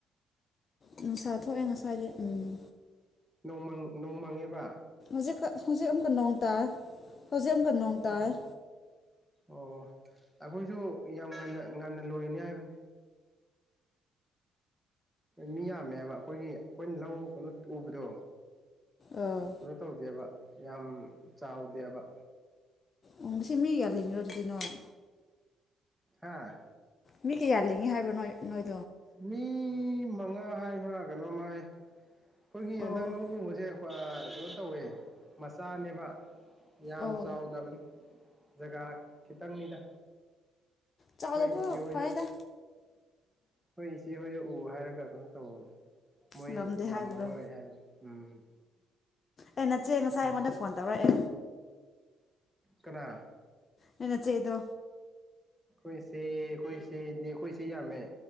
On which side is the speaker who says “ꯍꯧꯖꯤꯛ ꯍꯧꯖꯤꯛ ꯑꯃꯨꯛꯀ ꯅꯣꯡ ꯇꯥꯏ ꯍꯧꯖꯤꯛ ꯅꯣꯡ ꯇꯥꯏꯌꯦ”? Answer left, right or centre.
Left